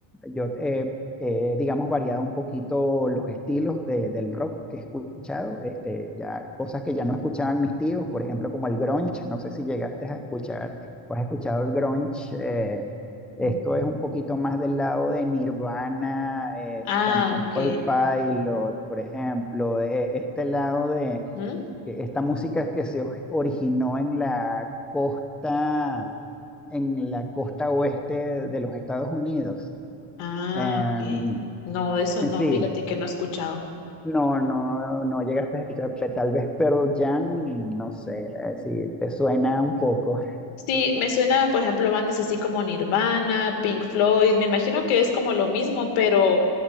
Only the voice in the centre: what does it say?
yo eh, he, digamos, variado un poquito los estilos de- del rock que he escuchado, este, ya cosas que ya no escuchaban mis tíos, por ejemplo, como el grunge, no sé si llegaste a escuchar o has escuchado el grunge, eh, esto
es un poquito más del lado de Nirvana, eh, Stone
Temple
Pilot, por ejemplo, eh, este lado de
que esta música que se o- originó en la costa, en la costa oeste de los Estados Unidos.
Em,
sí,
no, no, no llegaste a escuchar, pe- tal vez Pearl Jam, no sé, eh, si te suena un poco <laughs>